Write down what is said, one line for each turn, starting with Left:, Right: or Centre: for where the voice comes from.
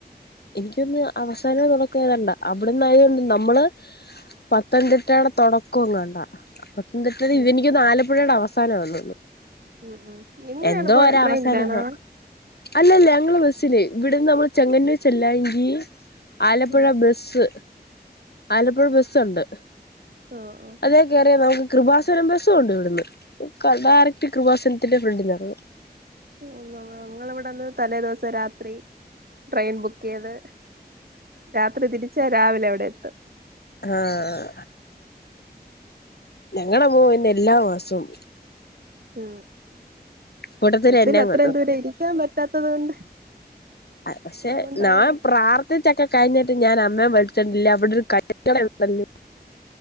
Left: എനിക്കുതോന്ന് അവസാനമോ തൊടക്കമോ എതാണ്ട അവിടെന്ന് ആയതുകൊണ്ട് നമ്മള് പത്തതിട്ടയെടെ തൊടക്കങ്ങാണ്ട എന്നിട്ട്
Right: ഓ
Left: എനിക്ക്
Right: ഓ
Left: തോന്ന് ആലപ്പുഴയുടെ അവസാ- സാനമാണന്ന്
Right: ഉം ഉം എങ്ങനെയാണ്
Left: എന്തോ
Right: പോണ
Left: ഒര്
Right: ട്രെയിനിലാണോ
Left: അവസാനം അല്ലല്ല ഞങ്ങള് ബസ്- ച്ചില്ലേ ഇവിടെന്ന് നമ്മള് ചെങ്ങന്നൂ ചെല്ലാങ്കി- ആലപ്പുഴ
Right: ഉം
Left: ബസ് ആലപ്പുഴ ബസ്സ്ഒണ്ട്
Right: ഓ ഓ
Left: അതെ കേറിയ നമ്മക്ക് കൃപാസനം ബസുംഒണ്ട് ഇവിടുന്ന് ഡയറക്റ്റ് കൃപാസനത്തിന്റെ ഫ്രണ്ടിലാ <inaudible>
Right: നമ്മ ഞങ്ങള് ഇവിടെന്ന് തലേ ദിവസം രാത്രി ട്രെയിൻ ബുക്ക് ചെയ്ത് രാത്രി തിരിച്ചാ രാവിലെ അവിടെ എത്തും <inaudible>
Left: ആഹ് ഞങ്ങള് പോകും പിന്നെ എല്ലാ മാസവും
Right: ഉം
Left: കൂട്ടത്തിൽ
Right: ബസ്സിൽ
Left: എന്നെ
Right: അത്രയും
Left: കൊണ്ടു
Right: ദൂരം
Left: പോവും
Right: ഇരിക്കാൻ പറ്റാത്തത് കൊണ്ട്
Left: പക്ഷെ
Right: അതുകൊണ്ട് അങ്ങനെ
Left: നാൻ പ്രാർത്ഥിച്ചൊക്കെ കഴിഞ്ഞിട്ട് ഞാൻ അമ്മയെ വിളി അവിടെ ഒരു കൈക്കള ഉണ്ടല്ലോ